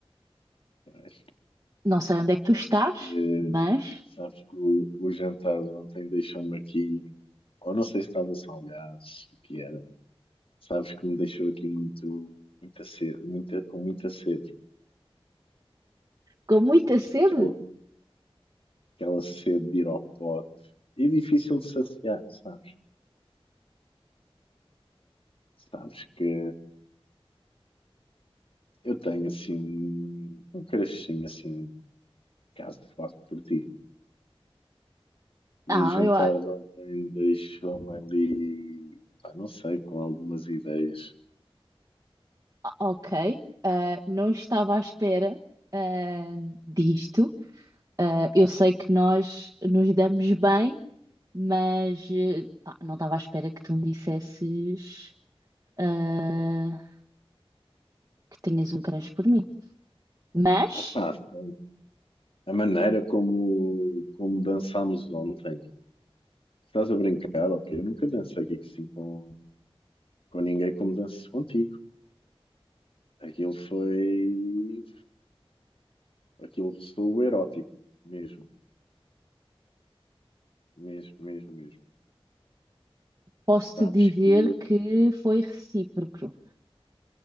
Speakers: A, on the left (about 65°); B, on the right (about 35°).
A: Mas
B: Não sei onde é que tu
A: sabes
B: estás,
A: que,
B: mas
A: sabes que o, o jantar de ontem deixou-me aqui, ou não sei se estava salgado, se o que era. Sabes que me deixou aqui muito, muita sede, muita, com muita sede.
B: com muita sede.
A: Daquela, aquela sede de ir ao pote. E difícil de saciar, sabes? Sabes que. Eu tenho assim um, um crushzinho assim, um caso forte por ti. E
B: Ah,
A: a jantar
B: eu. a-
A: de ontem deixou-me ali, pá, não sei, com algumas ideias.
B: Ok, ah, não estava à espera, ah, disto. Ah, eu sei que nós nos damos bem, mas eh, pá, não estava à espera que tu me dissesses, ah, que tenhas um crush por mim. Mas.
A: Ah, pá, foi a maneira como, como dançámos ontem. Estás a brincar, ok? Eu nunca dancei aqui assim com, com ninguém como danço contigo. Aquilo foi. Aquilo ressoou erótico, mesmo, mesmo, mesmo, mesmo.
B: posso-te
A: Sabes
B: dizer
A: que.
B: que foi recíproco.